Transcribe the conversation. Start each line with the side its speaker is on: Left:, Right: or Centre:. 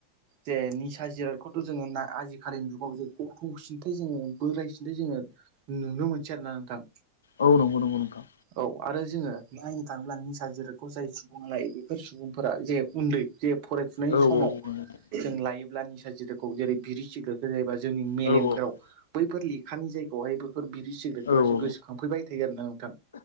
Right: जे नि सा जिरादखौथ' जोङो ना आजिखालिनि जुगाव जे गथ' सिनथाय जोङो बोराय सिन्थाय जोङो नु नुनो मोनसै आरो ना नोंथां।
Left: औ नंगौ नंगौ नंगौ नोंथां।
Right: औ आरो जोङो नायनो थाङोब्ला निसा जिरोदखौ जाय सुबुङा लायो बेफोर सुबुंफोरा जे उन्दै जे फरायफुनाय
Left: औ
Right: समाव
Left: नंगौ
Right: जों लायोब्ला निसाजिराखौ जेरै बिरि सिग्रेदखो जायोबा जोंनि मेलेमफोराव
Left: औ औ
Right: बैफोर लेखानि जायगायावहायबो बेफोर बिरि सिगारेटफोरासो
Left: औ औ
Right: गोसोखांफैबाय थायो आरो ना नोंथां